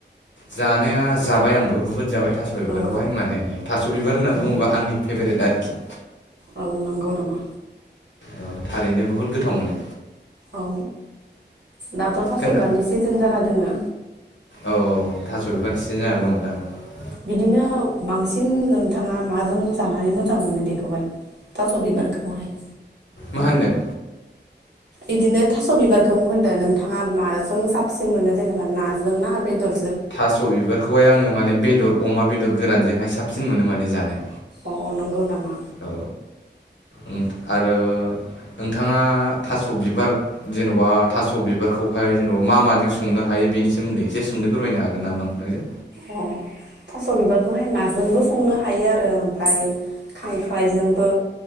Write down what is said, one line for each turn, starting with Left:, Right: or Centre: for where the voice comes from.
Left: जानाया जाबाय आंबो बुहुद जाबाय थास बिबारखौ
Right: औ
Left: हाय माने थास' बिबार होनना बुङोबा आंनि फेभरेट आरोखि।
Right: औ नंगौ नामा
Left: ओ थारैनो बुहुत गोथाव मोनो।
Right: औ दाथ' थास
Left: खोना
Right: बिबारनि सिजोन जाना दोङो।
Left: औ थास' बिबारनि सिजोन जाना दङ' दां।
Right: बिदिनो बांसिन नोंथाङा माजों जानानै मोजां मोनो बेखौहाय? थास' बिबारखौहाय?
Left: मा होनदों?
Right: इदिनो थास' बिबारखौ होनदो नोंथाङा माजों साबसिन मोनो जेनेबा नाजों ना बेदर?
Left: थास' बिबारखौहाय आङो माने बेदर अमा बेदर गोरानजोंहाय साबसिन मोनो माने जानो।
Right: अ नंगौ नामा?
Left: औ उम आरो नोंथाङा थास' बिबार जेन'बा थास' बिबारखौहाय जेन'बा मा माजों संनो हायो बेनि सोमोन्दै एसे सुंदयै फोरमायनो हागोन नामा नोंथांजो?
Right: अ थास' बिबारखौहाय नाजोंबो संनो हायो आरो ओमफाय खांख्रायजोंबो,